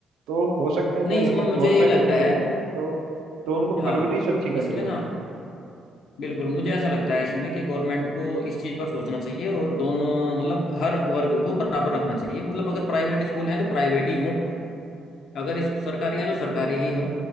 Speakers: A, on the right (about 85°); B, on the left (about 70°).
A: तो हो सकता है कि
B: नहीं
A: अगर
B: इसमें
A: वो
B: मुझे
A: गवर्नमेंट
B: ये लगता
A: में भेज
B: है
A: रहे हैं तो तो उनको परवरिश
B: हाँ
A: अच्छी करनी
B: इसमें
A: होगी
B: ना बिल्कुल मुझे ऐसा लगता है इसमें कि गवर्नमेंट को इस चीज़ पर सोचना चाहिए और दोनों मतलब हर वर्ग को बराबर रखना चाहिए मतलब अगर प्राइवेट स्कूल हैं तो प्राइवेट ही हों अगर इस सरकारी हैं तो सरकारी ही हों